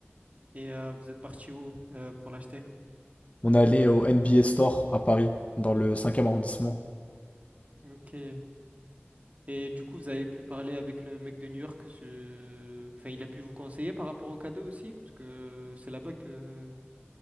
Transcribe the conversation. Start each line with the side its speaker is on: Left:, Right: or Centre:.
Right: Et euh, vous êtes parti où euh, pour l'acheter?
Left: On est allé au NBA Store à Paris, dans le cinquième arrondissement.
Right: Ok. Et du coup, vous avez pu parler avec le mec de New York. ce- Enfin, il a pu vous conseiller par rapport au cadeau aussi? Parce que c'est là-bas que.